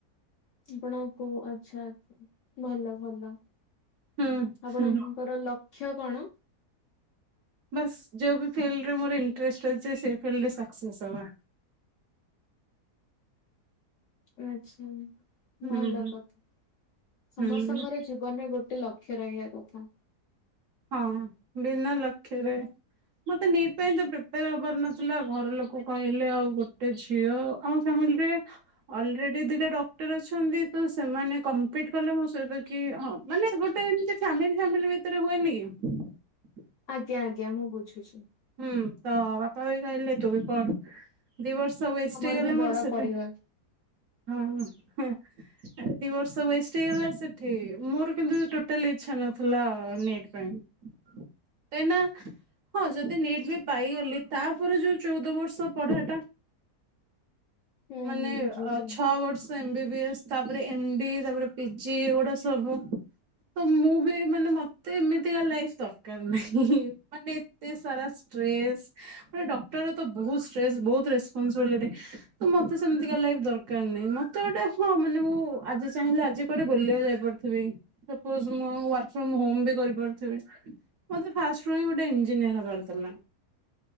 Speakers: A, on the left; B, on the right.
A: <unintelligible> ଆଚ୍ଛା ଆଛା। ଭଲ ଭଲ।
B: ହୁଁ
A: ଆପଣଙ୍କର
B: ହୁଁ
A: ଲ କ୍ଷ କଣ?
B: ବାସ୍ ଯୋଉ ବି ଫିଲ୍ଡରେ ମୋର ଇଣ୍ଟରେଷ୍ଟ ଅଛି ସେଇ ଫିଲ୍ଡରେ ସକ୍ସେସ୍ ହେବା
A: ଆଚ୍ଛା।
B: ହୁଁ
A: ଭଲ କଥା ସମସ୍ତଙ୍କର
B: ହୁଁ
A: ଜୀବନରେ ଗୋଟେ ଲକ୍ ଲକ୍ଷ୍ୟ ରହିବା କଥା।
B: ହଁ ବିନା ଲକ୍ଷ୍ୟରେ ମତେ ନିଟ ପାଇଁ ତ ପ୍ରିପୋର ହବାର ନଥିଲା ଘର ଲୋକ କହିଲେ ଆଉ ଗୋଟେ ଝିଅ ଆମ ଫ୍ୟାମିଲି ରେ ଅଲରେଡି ଦିଟା ଡକ୍ଟର ଅଛନ୍ତି ତ ସେମାନେ କମ୍ପିଟ୍ କଲେ ମୋ ସହିତ କି ହଁ ମାନେ ଗୋଟେ ଏମତି ଫ୍ୟାମିଲି ଫ୍ୟାମିଲି ଭିତରେ ହୁଏନି। <inaudible>
A: ଆଜ୍ଞା ଆଜ୍ଞା ମୁଁ ବୁଝୁଛି।
B: ହୁଁ ତ ବାପା ବି କହିଲେ ତୁ ବି ପଢ଼? ଦି ବର୍ଷ ୱେଷ୍ଟ
A: ଆମର
B: ହେଇଗଲା
A: ବି
B: ମୋର
A: ବଡ
B: ସେଠି
A: ପରିବାର
B: ହଁ ହଁ ହେଁ ଦି ବର୍ଷ ୱଷ୍ଟ ହେଇଗଲା ସେଠି ମୋର କିନ୍ତୁ ଟୋଟାଲ ଇଚଛା ନଥିଲା ନିଟ୍ ପାଇଁ କାହିଁକିନା? ହଁ ଯଦି ନେଟ୍ ବି ପାଇଗଲି ତାପରେ ଯୋଉ ଚଉଦ ବର୍ଷ ପଢିବା ଟା।
A: ହୁଁ
B: ମାନେ
A: ବୁଝୁଛି।
B: ଅ ଛଅ ବର୍ଷ ଏମ୍ ବ ଏମ୍ ବି ଏସ ତାପରେ ଏମବିଏ ତାପରେ ପିଜି ଗୁଡା ସବୁ ତ ମୁଁ ବି ମାନେ ମତେ ଏମିତିକା ଲାଇଫ୍ ଦରକାର ନାହିଁ ହେଁ ହେଁ। ମାନେ ଏତେ ସାରା ଷ୍ଟ୍ରେସ୍ ଗୋଟେ ଡକ୍ଟର ତ ବହୁତ୍ ଷ୍ଟ୍ରେସ ବହୁତ ରେପନସିବିଲିଟି ତ ମତେ ସେମିତିକିଆ ଲାଇଫ ଦରକାର ନାହିଁ ମତେ ଗୋଟେ ହଁ ମାନେ ମୁଁ ଆଜି ଚାହିଁଲେ ଆଜି କୁଆଡ଼େ ବୁଲିବା ଯାଇପାରୁଥିବି ସପୋଜ୍ ମୁଁ ୱାର୍କ ଫ୍ରମ ହୋମ ବି କରିପାରୁଥିବି ମତେ ଫାଷ୍ଟ୍ ଗୋଟ ଇଞ୍ଜିନିୟର ହବାର ଥିଲା।